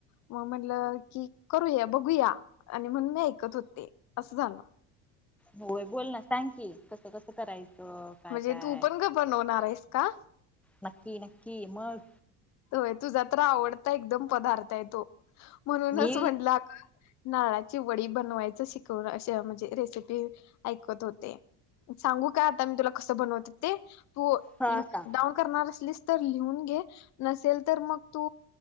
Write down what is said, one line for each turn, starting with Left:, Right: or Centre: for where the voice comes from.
Left: मग म्हटलं की करूया बघूया आणि म्हणन मी ऐकत होते असं झालं
Centre: होय बोल ना सांग की कसं कस करायचं काय
Left: म्हणजे
Centre: काय
Left: तू पण ग बनवणार आहेस का
Centre: नक्की नक्की मग
Left: होय तुझा तर आवडता एकदम पदार्थ आहे तो म्हणूनच
Centre: मी
Left: म्हटला अग नाळाची वडी बनवायचं शिकवून अशी म्हणजे रेसिपी ऐकत होते सांगू काय आता मी तुला कस बनवते ते तु
Centre: हा
Left: नोटडाऊन
Centre: सांग
Left: करणार लिहून घे नसेल तर मग तू